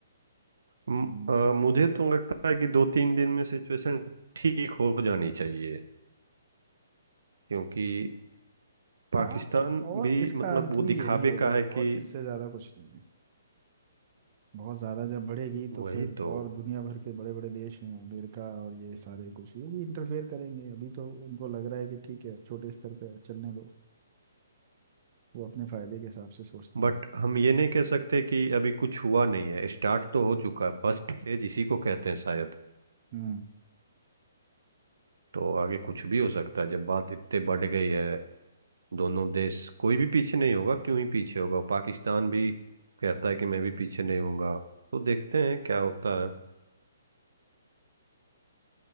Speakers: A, on the right; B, on the right.
A: म-
B: अम्म,
A: अ, मुझे तो लगता है कि दो तीन दिन में सिचुएशन ठीक हो जानी चाहिए क्योंकि पाकिस्तान
B: हाँ और
A: भी
B: इसका
A: मतलब
B: अंत
A: वो
B: भी
A: दिखावे
B: यही होगा
A: का है कि
B: और इससे ज्यादा कुछ नहीं है बहुत ज्यादा जब बढ़ेगी
A: वही
B: तो फिर
A: तो
B: और दुनिया भर के बड़े बड़े देश हैं अमेरिका और ये सारे कुछ ये भी इंटरफेयर करेंगे अभी तो उनको लग रहा है कि ठीक है छोटे स्तर पे चलने दो वो अपने फायदे के हिसाब से सोचते हैं
A: बट हम ये नहीं कह सकते कि अभी कुछ हुआ नहीं है स्टार्ट तो हो चुका है फर्स्ट फेज इसी को कहते हैं शायद
B: हम्म
A: तो आगे कुछ भी हो सकता है जब बात इतने बढ़ गई है दोनों देश कोई भी पीछे नहीं होगा क्यों ही पीछे होगा पाकिस्तान भी कहता है कि मैं भी पीछे नहीं होऊंगा तो देखते हैं क्या होता है